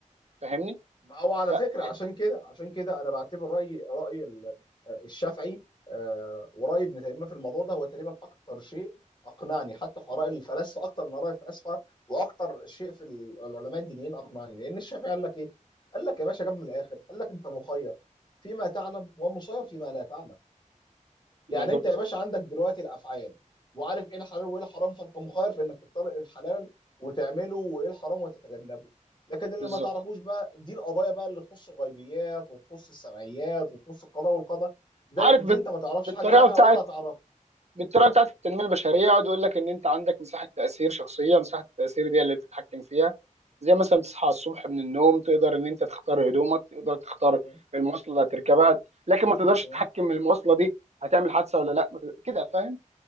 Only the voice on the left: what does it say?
ما هو على
فكرة عشان كده عشان كده أنا بعتبر رأي رأي ال- الشافعي آه، ورأي ابن تيمية في الموضوع ده هو تقريبا أكتر شيء أقنعني حتى في آراء الفلاسفة أكتر من آراء الفلاسفة وأكتر شيء في ال- العلماء الدينيين أقنعني لأن الشافعي قال لك إيه؟ قال لك يا باشا جاب من الآخر قال لك أنت مخير فيما تعلم ومسير فيما لا تعلم
يعني انت يا باشا عندك دلوقتي الافعال وعارف ايه الحلال وايه الحرام فانت مخير في انك تختار إيه الحلال وتعمله وايه الحرام وتتجنبه لكن اللي
ما تعرفوش بقى دي القضايا بقى اللي تخص الغيبيات وتخص السمعيات وتخص القضاء والقدر ده
دي
انت ما تعرفش
حاجه عنها
ولا تعرفها
م-
م-